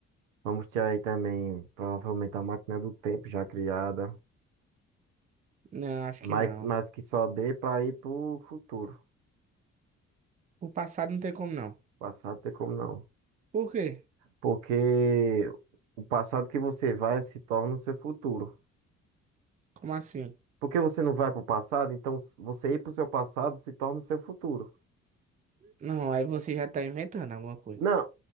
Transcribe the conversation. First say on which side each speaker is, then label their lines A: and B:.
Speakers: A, on the right; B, on the right.
A: Vamos ter aí também provavelmente a máquina do tempo já criada,
B: Não, acho
A: mas,
B: que não.
A: mas que só dê para ir pro futuro.
B: O passado não tem como não.
A: Passado tem como não,
B: Por quê?
A: porque o passado que você vai se torna o seu futuro.
B: Como assim?
A: Porque você não vai pro passado, então você ir pro seu passado se torna o seu futuro.
B: Não, aí você já tá inventando alguma coisa.
A: Não,